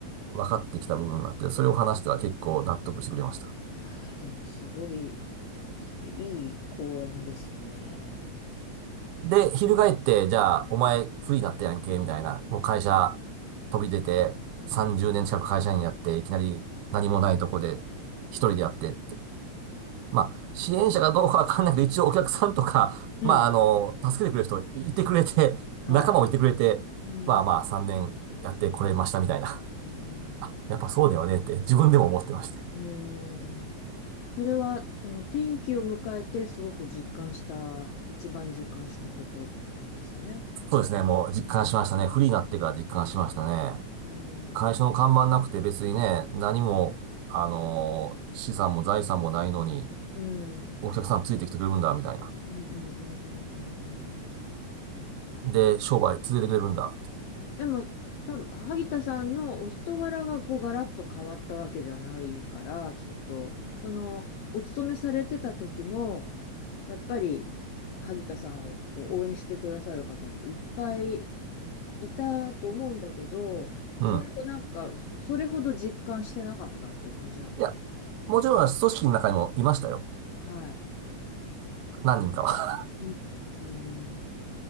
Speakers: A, on the right; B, on the left.
A: 分かってきた部分があって、それを話したら結構納得してくれました。
B: ああー、でもすごい、それいい公園ですね。
A: で、翻って、じゃあ、お前フリーになったやんけ、みたいな、もう会社飛び出て30年近く会社員やって、
B: うん、
A: いきなり何もないとこで一人でやってまあ、支援者かどうかわかんないけど、一応お客さんとか、
B: うん
A: まあ、あの、助けてくれる人いてくれて、<laughs>
B: はい。
A: 仲間もいてくれて、
B: うん
A: まあまあ、3年やってこれましたみたいな。
B: うん
A: あ、やっぱそうだよねって自分でも思ってまして。
B: うん。それは、その転機を迎えてすごく実感した、一番実感したことなんですね。
A: そうですね、もう実感しましたね。フリーになってから実感しましたね。
B: うん。
A: 会社の看板なくて別にね、何も、あの、資産も財産もないのに、
B: うん。
A: お客さんついてきてくれるんだ、みたいな。
B: うんうんうんうんうん。そうか。
A: で、商売続けてくれるんだ。
B: でも、多分萩田さんのお人柄がこうガラッと変わったわけじゃないから、きっと、その、お勤めされてた時も、やっぱり萩田さんをこう応援してくださる方っていっぱいいたと思うんだけど、
A: うん。
B: それをなんか、それほど実感してなかったっていう感じなのかな。
A: いや、もちろん組織の中にもいましたよ。
B: はい。
A: 何人かは。
B: うん。うん